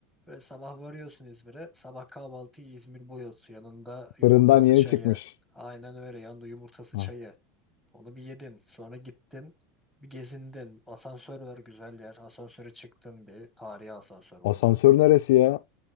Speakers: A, in the centre; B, on the left.
A: Böyle sabah varıyorsun İzmir'e. Sabah kahvaltıyı İzmir boyozu yanında yumurtası
B: fırından yeni
A: çayı.
B: çıkmış.
A: Aynen öyle yanında yumurtası
B: Ha.
A: çayı. Onu bir yedin. Sonra gittin. Bir gezindin. Asansör var güzel yer. Asansöre çıktın bir. Tarihi asansör burada.
B: Asansör neresi ya?